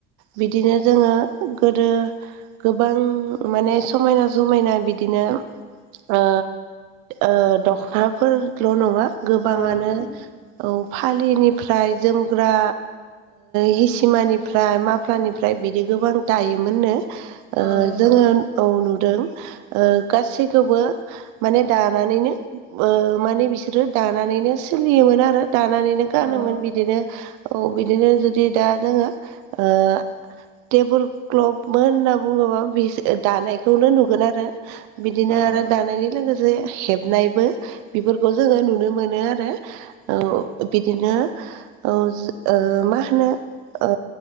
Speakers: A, on the right; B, on the left.
A: बिदिनो जोङो गोदो गोबां माने समायना समायना बादिनो ओ ओ दखनाफोरल' नङा गोबाङानो
B: औ नंगौ
A: औ फालिनिफ्राय जोमग्रा हिसिमानिफ्राय माफ्लानिफ्राय बिदि गोबां दायोमोननो ओ
B: औ नंगौ
A: जोङो औ नुदों ओ गासैखौबो माने दानानैनो ओ माने बिसोरो दानानैनो सोलियोमोन आरो दानानैनो गानोमोन
B: औ
A: बिदिनो औ बिदिनो जुदि दा जोङो ओ टेबोल क्लफमोन होनना बुङोबा बि दानायखौनो नुगोन आरो बिदिनो
B: औ
A: आरो दानायनि लोगोसे हेबनायबो बेफोरखौ जोङो नुनो मोनो आरो औ बिदिनो औ ओ मा होनो ओ